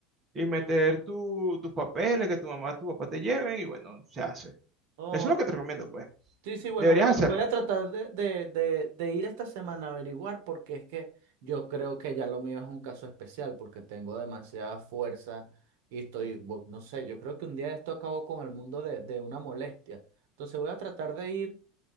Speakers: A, on the right; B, on the right.
A: y meter tu- tus papeles, que tu mamá, tu papá te lleven y bueno, se hace. Eso
B: Ok,
A: es lo que te recomiendo, pues.
B: Sí, sí, bueno,
A: Deberías
B: voy a,
A: hacerlo.
B: voy a tratar de, de, de, de ir esta semana a averiguar porque es que yo creo que ya lo mío es un caso especial porque tengo demasiada fuerza y estoy, bu- no sé, yo creo que un día esto acabó con el mundo de, de una molestia. Entonces voy a tratar de ir